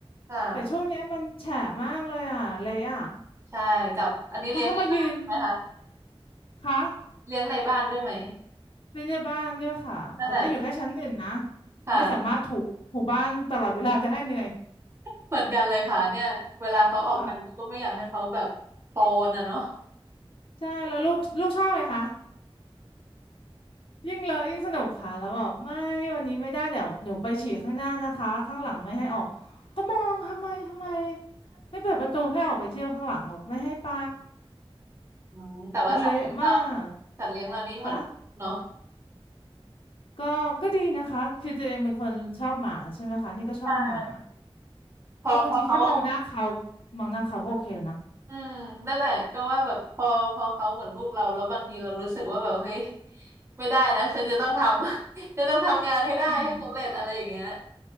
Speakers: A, on the right; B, on the left.
A: ค่ะ
B: แต่ช่วงเนี้ยมันแฉะมากเลยอ่ะเละอ่ะ
A: ใช่กับอันนี้เลี้ยงในบ้านไหมคะ
B: เขาก็มายืนคะ
A: เลี้ยงในบ้านด้วยไหม
B: เล่นในบ้านด้วยค่ะแต่ให้อยู่แค่ชั้นหนึ่งนะ
A: นั่นแหละค่ะ
B: ไม่สามารถถูถูบ้านตลอดเวลาจะให้เหนื่อย
A: เหมือนกันเลยค่ะเนี่ยเวลาเขาออกไปก็ไม่อยากให้เขาแบบโคนอ่ะเนาะ
B: ค่ะใช่แล้วลูกลูกชอบไหมคะ ยิ่งเลอะยิ่งสนุกค่ะแล้วบอกไม่วันนี้ไม่ได้เดี๋ยวหนูไปฉี่ข้างหน้านะคะข้างหลังไม่ให้ออกก็มองทำไมทำไมไม่เปิดประตูให้ออกไปเที่ยวข้างหลังบอกไม่ให้ไป
A: อืมแต่ว่าสัตว์เลี้ยงเรา
B: คือเละมาก
A: สัตว์เลี้ยงเรานี่เหมือนเนาะ
B: ค่ะก็ก็ดีนะคะคือตัวเองเป็นคนชอบหมาใช่ไหมคะนี่ก็ชอบหมา
A: ่พอพอเขา
B: ก็บางทีแค่มองหน้าเขามองหน้าเขาก็โอเคแล้วนะ
A: อืมนั่นแหละก็ว่าแบบพอพอเขาเหมือนลูกเราแล้วบางทีเรารู้สึกว่าแบบเฮ้ยไม่ได้นะฉันจะต้องทำ <laughs> ฉันต้องทำงานให้ได้ให้สำเร็จอะไรอย่างเงี้ย
B: ใช่ไหม